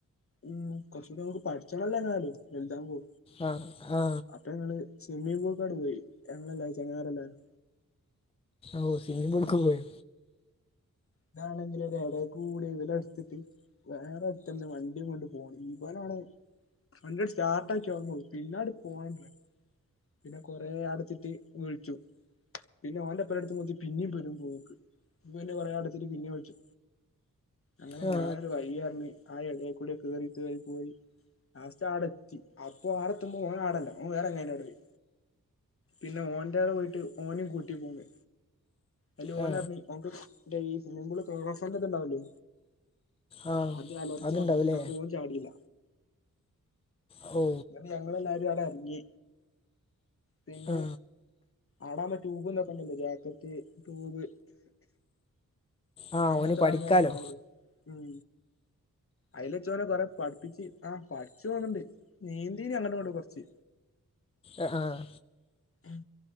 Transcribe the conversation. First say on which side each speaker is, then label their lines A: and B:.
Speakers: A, on the left; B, on the left.
A: ഉം കൊറച്ചുകൂടി മ്മ്ക്ക് പഠിച്ചണല്ലോ എങ്ങാലും വലുതാവുമ്പോ
B: ആ ആ
A: അപ്പൊ ഞങ്ങള് സ്വിമ്മിംഗ് പൂളിലിങ്ങട് പോയി ഞങ്ങല്ലാരും ചങ്ങായില്ലാരും
B: ഓ സിംമ്മിംഗ് പൂളിക്ക് പോയോ
A: ഇതാണെങ്കിൽ ഒര എടേ കൂടെ ഇവൻ്റെടുത്തെത്തി വേറൊരുത്തൻ്റെ വണ്ടിയും കൊണ്ട് പോണ് ഇവനാണ് വണ്ടിങ്ങട് സ്റ്റാർട്ടാക്കിയ ഓർമ്മള്ളൂ പിന്നെങ്ങട് പോണണ്ട്ല്ലോ പിന്നെ കൊറെ അടച്ചിട്ട് വിളിച്ചു പിന്നെ ഓൻ്റെ എപ്പരേ അടുത്ത് നോക്കി പിന്നീം പെടും പോക്ക് <unintelligible> കൊറെ അടത്തിട്ട് പിന്നും വിളിച്ചു അങ്ങനെ
B: ആ
A: ഞാനൊരു വയി ആർന്ന് ആ എടെക്കൂടെ കേറി കേറി പോയി ലാസ്റ്റ് ആടെ എത്തി അപ്പൊ ആടെ എത്തുമ്പോ ഓൻ ആടല്ല ഓൻ വേറെ ചങ്ങായിൻ്റെ കൂടെ പോയി പിന്നെ ഓൻന്റെടെ പോയിട്ട് ഓനെം കൂട്ടി പോന്ന് അല് ഓനറഞ്ഞ്
B: ആ
A: ന്താ ഈ സ്വിമ്മിംഗ് പൂൾ <unintelligible> ഇണ്ടാവില്ലേ
B: ആ
A: അത് അലർജി
B: അതുണ്ടാവൂലേ
A: പറഞ്ഞ് അപ്പോ ഓൻ ചാടീല്ല
B: ഓ
A: ന്നിട്ട് ഞങ്ങളെല്ലാരും ആടെ എറങ്ങി പിന്നെ
B: ആ
A: ആടാൻ പറ്റ ട്യൂബ് തൊക്കെണ്ടല്ലോ ജാക്കറ്റ് ട്യൂബ്
B: ആ
A: അങ്ങനത്തൊരാ
B: ഓന് പഠിക്കാലോ
A: അനുഭവങ്ങൾ ഉണ്ടായത് ഉം അയ്ല്ച്ചോല് കൊറെ പഠിപ്പിച്ച് ആഹ് പഠിച്ച് തോന്നിണ്ട് നീന്തീന് അങ്ങടും ഇങ്ങടും കൊറച്ച്
B: ആ ആഹ്
A: ഉം